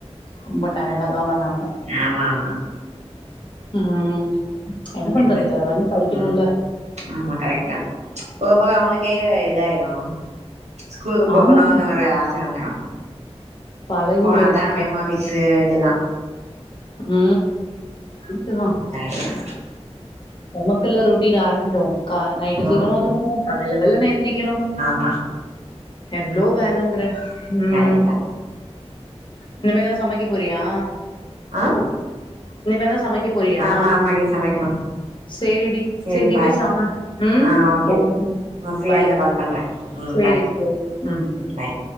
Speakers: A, on the left (about 45°); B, on the right (about 80°).
A: ரொம்ப டயர்டா தா வர்ராங்க
B: ஆமா ஆமா
A: உம் என்ன
B: எனக்குனது
A: பண்றது வேற வழி படிக்கணுல்ல
B: ம் ஆமா கரெக்ட் தா போக போக அவுங்களுக்கே இதாயிடும் ஸ்கூலுக்கு போகணும்னு
A: ஆமா, ஆமா.
B: ஒரு ஆச வந்துரும்
A: பழகிடும்.
B: போனாதா
A: கரெக்ட்.
B: மெமோரிஸ் இதெல்லா
A: உ வித்துரூ
B: தாங்ஸ்னா
A: நமக்குல்லா ரொட்டீன் ஆரம்பிக்கும் கா நைட்டு
B: தா ம்
A: சீக்ரமா தூங்கணு காலைல வெல்லனா எந்திரிக்கணு
B: ஆ
A: எவ்ளோ வேலங்ற உம்
B: கரெக்ட் தா
A: இனிமேதா சமைக்க போறியா
B: ஆ
A: இனிமே தான் சமைக்க போறியா?
B: ஆமா ஆமாடி சமைக்கணு
A: சரிடி.
B: சேரி
A: சரி நீ
B: பாரு
A: போய் சம ம்.
B: ஆ ஓகே
A: ஓகேடி.
B: நா ஃப்ரீயா
A: பாய்.
B: இருந்தா கால் பண்றே உம்
A: சரிடி.
B: பாய்
A: ஓகே. ம்.
B: உம் பாய்